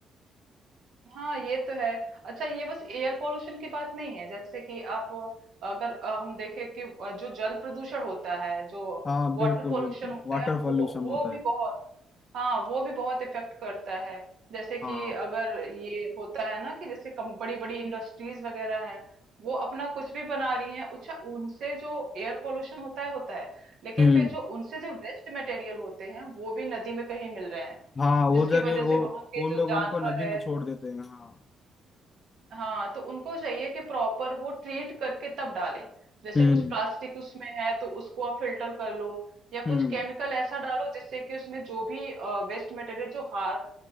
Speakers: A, on the right; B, on the left.
A: हाँ ये तो है अच्छा ये बस एयर पोल्यूशन की बात नहीं है जैसे कि आप अगर अ, हम देखें कि अ, जो जल प्रदूषण होता है जो
B: हाँ बिल्कुल
A: वाटर पोल्यूशन
B: बिल्कुल
A: होता
B: वाटर
A: है
B: पोल्यूशन
A: वो
B: होता
A: वो भी
B: है
A: बहुत हाँ वो भी बहुत इफेक्ट करता है जैसे कि
B: हाँ
A: अगर ये होता है ना कि जैसे कम बड़ी बड़ी इंडस्ट्रीज वगैरह हैं वो अपना कुछ भी बना रही हैं अच्छा उनसे जो एयर पोल्यूशन होता है होता है लेकिन
B: हम्म
A: फिर जो उनसे जो वेस्ट मटेरियल होते हैं वो भी नदी में कहीं मिल रहे हैं
B: हाँ वो
A: जिसकी
B: जगह
A: वजह
B: वो
A: से वहां के
B: वो लोग
A: जो जानवर
B: उनको नदी
A: है
B: में छोड़ देते हैं हाँ
A: हाँ तो उनको चाहिए कि प्रॉपर वो ट्रीट करके तब डालें जैसे
B: हम्म
A: कुछ प्लास्टिक उसमें है तो उसको आप फिल्टर कर लो या कुछ
B: हम्म
A: केमिकल ऐसा डालो जिससे कि उसमें जो भी वेस्ट मटेरियल जो हार